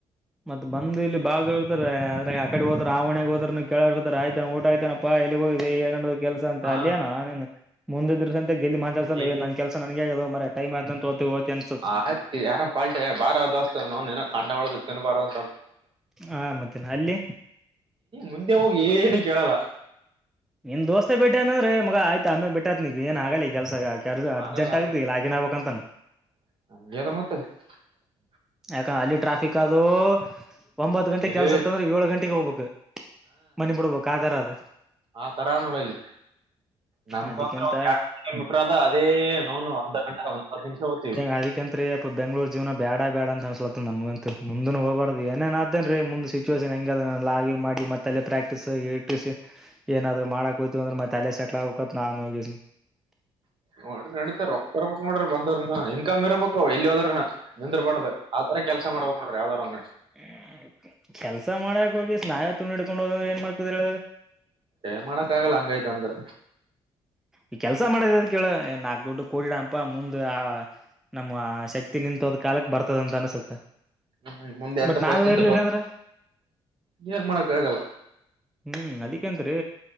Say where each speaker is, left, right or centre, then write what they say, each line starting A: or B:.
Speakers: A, in the centre; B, on the right.
A: ಮತ್ತತ್ ಬಂದು ಇಲ್ಲಿ ಬಾಗ ಇರ್ತಾರೆ ಆದ್ರ ಆ ಕಡೆ ಹೋದ್ರ ಆ ಹೊಣ್ಯಾಗ ಹೋದ್ರನು ಕೇಳ ಇರ್ತಾರೆ ಆಯ್ತಾನ ಊಟ ಆಯ್ತಾನಪ್ಪ ಎಲ್ಲಿ ಹೋಗ ಏನ ಕೆಲ್ಸ ಅಂತ
B: ಹಾ
A: ಅಲ್ಲಿಯನ ಮುಂದಿದ್ರ ಸಂತೆ ಲ್ಲಿ ಮಾತಾಡ್ಸಲ್ಲ
B: ಈ
A: ನನ್ ಕೆಲ್ಸ ನನನ್ಗೆ ಆಗದ ಮಾರಾಯ ಟೈಮ್ ಆದಂತ ಹೋತ ಹೋತಿ ಅನ್ಸುತ್ತ
B: ಆಯ್ತು ಯಾರ ಪಾಲ್ಟಿ <unintelligible>
A: ಆ ಮತ್ತೆ ಅಲ್ಲಿ
B: ಮುಂದೆ ಹೋಗು ಏನುಕೇಳಲ್ಲ
A: ನಿನ್ ದೋಸ್ತೆೆ ಬಿಟ್ಟೇ ಅಂದ್ರೆ ಮಗ ಆಯ್ತ ಆ ಆಮೇಲೆ ಬಿಟ್ಟೈತ್ ನಿಗ ಏನ್ ಆಗಲಿ ಈ ಕೆಲ್ಸಗಾಕಿ ಎರದ್ರಾ
B: ಆಗಲ್ಲ
A: ಅರ್ಜೆಂಟ್ ಆಗಬೇಕ್
B: ಆಗಲ್ಲ
A: ಲಾಗಿನ್ ಆಗ್ಬೇಕ್ ಅಂತ
B: <unintelligible>
A: ಯಾಕಂದ ಅಲ್ಲಿ ಟ್ರಾಫಿಕ್ ಅದು ಒಂಬತ್ತು ಗಂಟೆಗೆ
B: ಏ
A: ಕೆಲಸ ಇತಿ ಅಂದ್ರೆ ಏಳು ಗಂಟೆಗೆ ಹೋಗ್ಬೇಕು ಮನಿಬಿಡ್ಬೇಕ ಆತರ ಅದು
B: ಆತರನೋಡಲ್ಲಿ ನಮ್ಗ
A: ಅದಕ್ಕಿಂತ
B: ಒಂದ್ ಎರಡು ಕಿಲ ಮೀಟ್ರ ಅದ ಅದೇ ನೋನು ಅರ್ಥ ಗಂಟೆ ಹತ್ತು ನಿಮಿಷ ಹೋಗ್ತಿವಿ
A: ಅದಕಂತ್ರ ಯಪ್ಪಾ ಬೆಂಗಳೂರು ಜೀವನ ಬ್ಯಾಡ್ ಬೇಡ ಬೇಡ ಅಂತ ಅನ್ಸಲತ್ತ ನಮಗಂತ ಮುಂದ ಹೋಗಬಾರ್ದ ಏನೇನ್ ಆಗ್ತಾಯೆನ್ರಿ ಮುಂದ್ ಸಿಚುುವೇಶನ್ ಹೆಂಗ ಲಾ ಗಿ ಮಾಡಿ ಮತ್ ತಲೆ ಪ್ರಾಕ್ಟೀಸ್ ಏನಾದ್ರು ಮಾಡಕುಂತೀವಿ ಅಂದ್ರೆ ಮತ್ತೆ ಅಲೆ ಸೆಟ್ಲ್ ಆಗ್ಕ ನಾನು ಹೋಗಿನಿ
B: ನೋಡ್ರಿ ನಡೀತದ ರೊಕ್ಕ ಇರಬೇಕು ನೋಡ್ರಿ ಬಂದ್ರನ ಇನ್ಕಮ್ ಇರಬೇಕ ಎಲ್ಲಿ ಹೋದ್ರನು ನಿಂದ್ರ ಬಾರ್ದ್ ಆ ತರ ಕೆಲಸ ಮಾಡ್ಬೇಕ್ ನೊಡ್ರಿ ಏವಾದ್ರ ಒಂದ
A: ಹ್ಮ್ ಕೆಲ್ಸ ಮಾಡಕ್ ಹೋಗಿ ಸ್ನಾಯು ತುನಿ ಹಡ್ಕೊಂಡು ಹೋದ ಏನ್ ಮಾಡ್ತದ ಹೇಳ
B: ಏನ ಮಾಡೋಕಾಗಲ್ಲ ಹಂಗೈತಂದ್ರ
A: ಈ ಕೆಲ್ಸ ಮಾಡದ ಎದಕಹೇಳಿ ನಾಲ್ಕು ದುಡ್ಡು ಕೋಡಿಡಪ್ಪ ಮುಂದೇ ನಮ್ಮ್ ಶಕ್ತಿ ನಿಂತದ ಕಾಲಕ್ ಬರ್ತದ ಅಂತ ಅನ್ಸುತ್ತೆ
B: ಹ್ಮ್ ಮುಂದೆ ಎಂತ
A: ಬಟ್ ನಾವೇ
B: ಪರಿಸ್ಥಿತಿ
A: ಇರ್ಲಿಲ್ಲ
B: ಬಂತ್
A: ಅಂದ್ರ
B: ಏನ್ ಮಾಡಕ್ ಆಗಲ್ಲ
A: ಹ್ಮ್ ಅದಿಕಂದ್ರೀ.